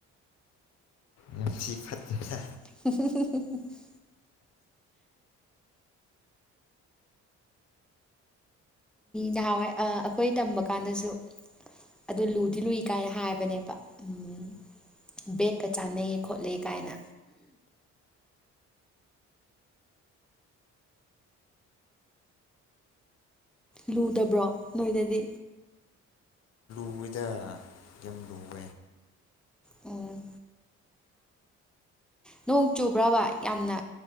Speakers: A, on the left; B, in the centre.
A: ꯌꯥꯝ ꯊꯤ ꯐꯠꯇ
B: <unintelligible> ꯅꯍꯥꯟꯋꯥꯏ ꯑ ꯑꯩꯈꯣꯏ ꯇꯝꯕ ꯀꯥꯟꯗꯁꯨ ꯑꯗꯨ ꯂꯨꯗꯤ ꯂꯨꯏ ꯀꯥꯏꯅ ꯍꯥꯏꯕꯅꯦꯕ ꯎꯝ ꯕꯦꯛꯀ ꯆꯥꯟꯅꯩ ꯈꯣꯠꯂꯦ ꯀꯥꯏꯅ ꯂꯨꯗꯕ꯭ꯔꯣ ꯅꯣꯏꯗꯗꯤ
A: ꯎꯗ <unintelligible>
B: ꯎꯝ ꯅꯣꯡ ꯆꯨꯕ꯭ꯔꯕ ꯌꯥꯝꯅ